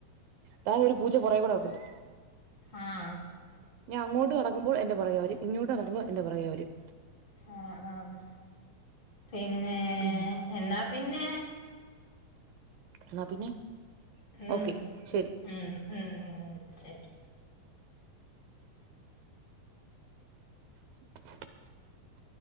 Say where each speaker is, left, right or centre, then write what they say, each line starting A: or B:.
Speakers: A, on the right; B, on the left.
A: താ ഒരു പൂച്ചറ പൊറകികൂടെ നടപ്പുണ്ട്
B: ആഹ്
A: ഞാൻ അങ്ങോട്ട് നടക്കുമ്പോൾ എന്റെ പൊറകെവരും ഇങ്ങോട്ട് നടക്കുമ്പോൾ എന്റെ പൊറകെ വരും
B: ആഹ് ആഹ് പിന്നെ
A: ഉം
B: എന്നാ പിന്നെ
A: എന്നാ പിന്നെ
B: ഉം
A: ഓക്കെ ശരി
B: ഉം ഉം ശെരി
A: <unintelligible>